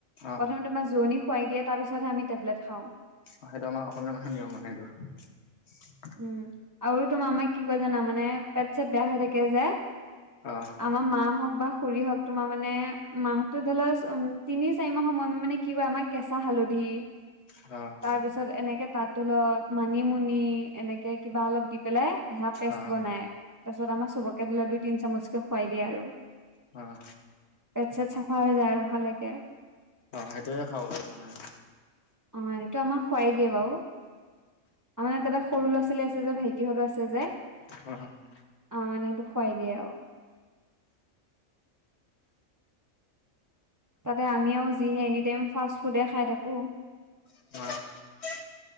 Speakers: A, on the left; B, on the right.
A: অ
B: প্ৰথমে তোমাৰ জোৰণি খোৱাই দিয়ে। তাৰ পিছতহে আমি টেবলেট খাও।
A: অ সেইটো আমাৰ অসমীয়া মানুহৰ নিয়ম মানে সেইটো।
B: উম' আৰু তোমাৰ আমাক কি কয় জানা, মানে পেট চেট বেয়া হৈ থাকে যে।
A: অ'।
B: আমাৰ মাহ হওক বা খুৰী হওক তোমাৰ মানে, মাহটো ধৰি লোৱা উম' তিনি চাৰি মাহ <unintelligible> মানে কি কয় আমাক কেঁচা হালধি।
A: অ'।
B: তাৰ পিছত এনেকে তাত ধলি ল মানিমুনি এনেকে কিবা অলপ দি পেলাই এহা পেষ্ট
A: অ
B: বনাই তাৰ পিছত আমাৰ চবকে ধৰি ল দুই তিনি চামুচকে খুৱাই দিয়ে আৰু
A: অ'
B: পেট চেট চাফা হৈ যায় আৰু ভালেকে
A: অ সেইটোয়ে খাব লাগে মানুহে
B: অ', এইটো আমাক খোৱাই দিয়ে বাও আমাৰ তাতে সৰু ল'ৰা ছোৱালী আছে যে ভাইটিহঁতো আছে যে
A: <unintelligible>
B: অ মানে সেইটো খোৱাই দিয়ে আউ তাতে আমিও যিহে এনি টাইম ফাষ্ট ফুডে খাই থাকো
A: <unintelligible>